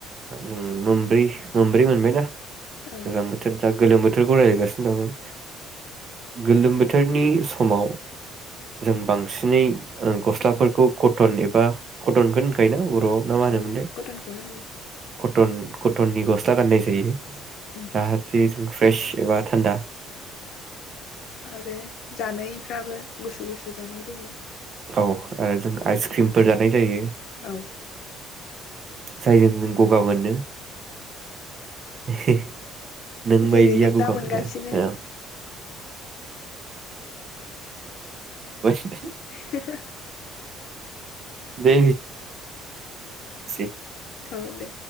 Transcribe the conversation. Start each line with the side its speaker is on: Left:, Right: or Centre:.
Right: जों मोनब्रै मोनब्रै मोनबायना।
Left: औ
Right: गोजां बोथोर गोलोम बोथोरखौ रायज्लायगासिनो दंमोन गोलोम बोथोरनि समाव जों बांसिनै ओ गस्लाफोरखौ कटन एबा कटनखोनो होनखायोना आव ना मा
Left: औ
Right: होनोमोनलाय
Left: कटनखौनो होनो
Right: टन कटननि गस्ला गाननाय जायो
Left: उम
Right: जाहाते फ्रेस एबा थान्दा
Left: आरो जानायफ्राबो गुसु गुसु जानाय <unintelligible>
Right: औ आरो जों आइसक्रिमफोर जानाय जायो
Left: औ
Right: जायजों जों गगा मोनो <unintelligible> नों
Left: जेरै
Right: बायदिया
Left: नों
Right: ग'गा
Left: दा मोनगासिनो
Right: मोनो <unintelligible> <unintelligible>
Left: <unintelligible>
Right: दे <unintelligible>
Left: औ दे